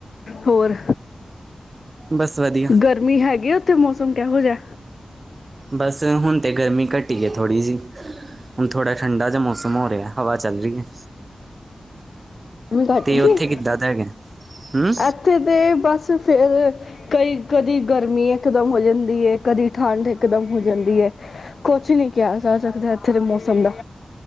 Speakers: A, on the left; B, on the right.
A: ਹੋਰ
B: ਬਸ ਵਧੀਆ
A: ਗਰਮੀ ਹੈਗੀ ਆ ਉੱਥੇ ਮੌਸਮ ਕਿਹੋ ਜਿਹਾ
B: ਬਸ ਹੁਣ ਤਾਂ ਗਰਮੀ ਘਟੀ ਹੈ ਥੋੜ੍ਹੀ ਜਿਹੀ ਹੁਣ ਥੋੜ੍ਹਾ ਠੰਡਾ ਜਿਹਾ ਮੌਸਮ ਹੋ ਰਿਹਾ ਹਵਾ ਚੱਲ ਰਹੀ ਹੈ
A: ਗਰਮੀ ਘੱਟ
B: ਤੇ ਉੱਥੇ
A: ਗਈ
B: ਕਿੱਦਾਂ ਦਾ ਹੈਗਾ ਹੂੰ
A: ਇੱਥੇ ਤੇ ਬਸ ਫੇਰ ਕਈ ਕਦੀ ਗਰਮੀ ਇਕਦਮ ਹੋ ਜਾਂਦੀ ਕਦੀ ਠੰਡ ਇਕਦਮ ਹੋ ਜਾਂਦੀ ਹੈ ਕੁਛ ਨਹੀਂ ਕਿਹਾ ਜਾ ਸਕਦਾ ਇੱਥੇ ਦੇ ਮੌਸਮ ਦਾ